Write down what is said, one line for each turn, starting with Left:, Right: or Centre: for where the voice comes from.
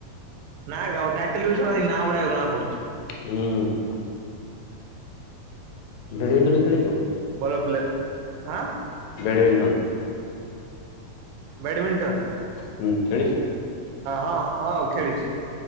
Right: ନାଁ ଆଉ ଟାଇଟଲ ବି ନାଁ ଭଳିଆକୁ ଜଣା ପଡୁଛି।
Left: ହୁଁ। ବ୍ୟାଡମିଣ୍ଟନ ଖେଳିଛୁ?
Right: ଭଲପିଲା ହାଁ।
Left: ବ୍ୟାଡ଼ମିଣ୍ଟନ୍।
Right: ବ୍ୟାଡ଼ମିଣ୍ଟନ୍।
Left: ହୁଁ ଖେଳିଚୁ?
Right: ହଁ -ହଁ ଖେଳିଚି